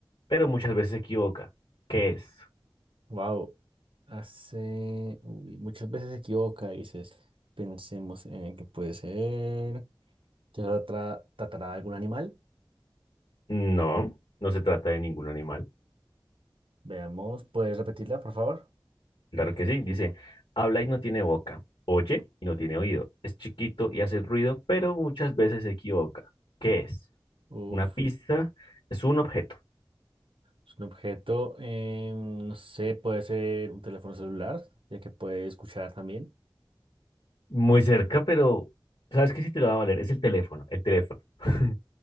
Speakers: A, on the left; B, on the right.
A: pero muchas veces se equivoca. ¿Qué es?
B: wow. Hace, uy, muchas veces se equivoca, dices, pensemos en que puede ser. ¿Te tra- tratará de algún animal?
A: No, no se trata de ningún animal.
B: Veamos, ¿puedes repetirla, por favor?
A: Claro que sí, dice, habla y no tiene boca, oye y no tiene oído, es chiquito y hace ruido, pero muchas veces se equivoca. ¿Qué es?
B: Uf,
A: Una pista, es un objeto.
B: es un objeto, eh, no sé, puede ser un teléfono celular, ya que puede escuchar también.
A: Muy cerca, pero ¿sabes qué? Si te lo va a valer, es el teléfono, el teléfono. <laughs>